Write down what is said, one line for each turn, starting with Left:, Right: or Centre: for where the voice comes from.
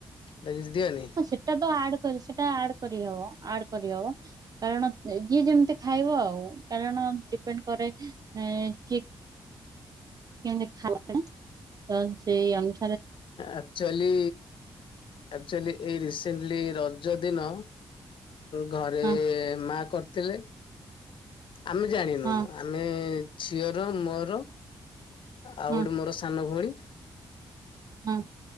Left: ହେରା କିଛି ଦିଅନି?
Right: କଣ ସେଟା ତ ଆଡ ସେଟା ଆଡ କରିହବ ଆଡ କରିହବ। କାରଣ ଯିଏ ଯେମିତି ଖାଇବ ଆଉ କାରଣ ଡିପେଣ୍ଡ କରେ କିଏ କେମତି ଖାଇ ତ ସେଇ ଅନୁ
Left: ଆକ୍ଚୁଆଲି ଆଚୁଆଲି ଏଇ ରିସେଣ୍ଟଲି ରଜ ଦିନ ଘରେ
Right: ହଁ
Left: ମା କରିଥିଲେ ଆମେ ଜାଣି
Right: ହଁ
Left: ଆମେ ଝିଅର ମୋର ଆଉ
Right: ହଁ
Left: ଗୋଟେ ମୋର ସାନ ଭଉଣୀ।
Right: ହଁ